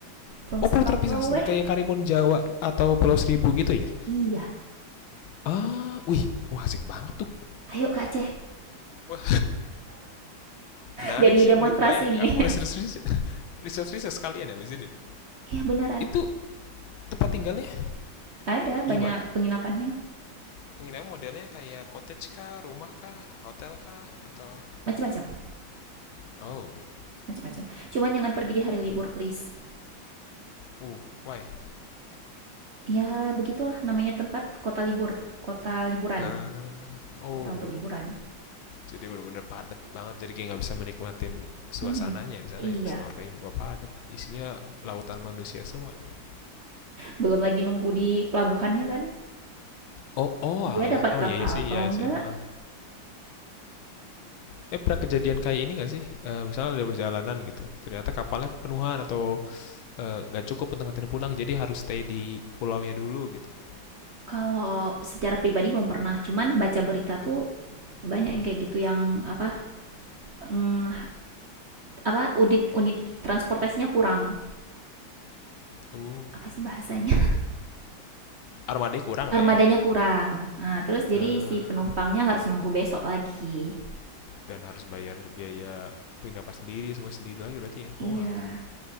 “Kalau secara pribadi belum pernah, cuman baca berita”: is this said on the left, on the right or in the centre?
Right